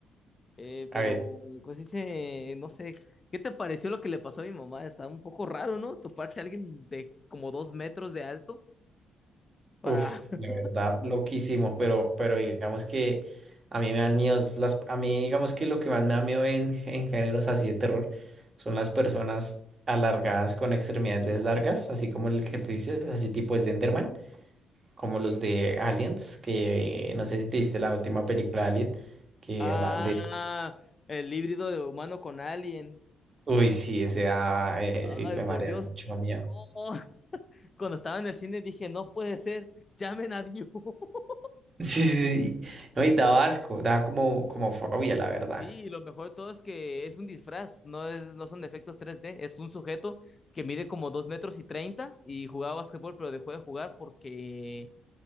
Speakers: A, on the left (about 30°); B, on the right (about 30°).
A: eh,
B: A
A: pero
B: ver.
A: pues dice, no sé, ¿qué te pareció lo que le pasó a mi mamá? Está un poco raro, ¿no? Toparse a alguien de como dos metros de alto para...
B: Uf,
A: <laughs>
B: la verdad, loquísimo, pero, pero digamos que a mí me dan miedos, las, a mí digamos que lo que más me da miedo en, en géneros así de terror son las personas alargadas con extremidades largas, así como el que tú dices, así tipo Slenderman, como los de Aliens, que no sé si te viste la última película de Alien, que
A: Ah,
B: hablaban de,
A: el híbrido de humano con alien.
B: uy, sí, ese daba, eh, sí, hijo
A: Ay,
B: de
A: por
B: madre,
A: Dios.
B: daba mucho miedo. <laughs>
A: Oh, <laughs> cuando estaba en el cine dije, no puede ser, llamen a Dios. <laughs>
B: Sí, sí, sí. No, y daba asco, daba como, como fobia, la verdad.
A: Sí, y lo mejor de todo es que es un disfraz, no es, no son efectos tres d es un sujeto que mide como dos metros y treinta y jugaba básquetbol, pero dejó de jugar porque